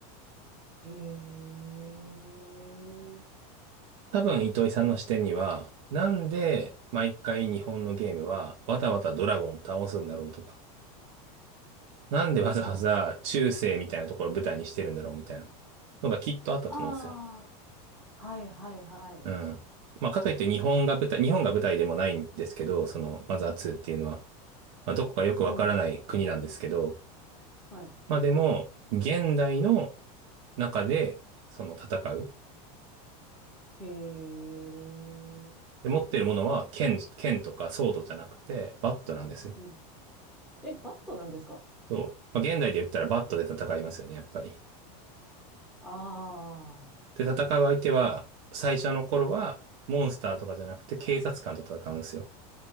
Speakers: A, in the centre; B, on the right (about 55°).
A: へえ。
B: 多分、糸井さんの視点には、なんで毎回日本のゲームはわざわざドラゴン倒すんだろうとか、なんでわざわざ中世みたいなところを舞台にしてるんだろうみたいな
A: は
B: のがきっとあったと思うんですよ。
A: あ。ああ。はいはいはい。
B: うん。まあ、かといって日本が舞台、日本が舞台でもないんですけど、そのマザー2っていうのは、まあ、どこかよくわからない国なんですけど、
A: うん。はい。
B: まあでも、現代の中でその戦う。
A: へえ。
B: で、持っているものは剣、剣とかソードじゃなくて、バットなんですよ。
A: うん。え、バットなんですか
B: そう。まあ、現代で言ったらバットで戦いますよね、やっぱり。
A: あ
B: で、戦う相手は、最初の頃は、モンスターとかじゃなくて、警察官と戦うんですよ。